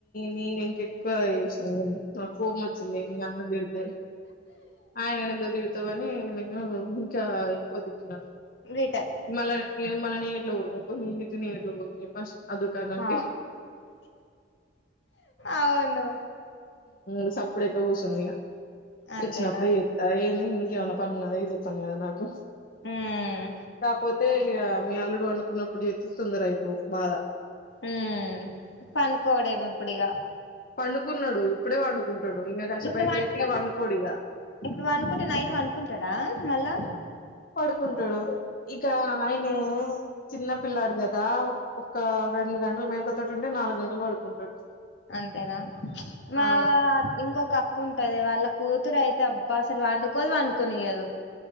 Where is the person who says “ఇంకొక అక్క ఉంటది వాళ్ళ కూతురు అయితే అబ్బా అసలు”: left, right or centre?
Left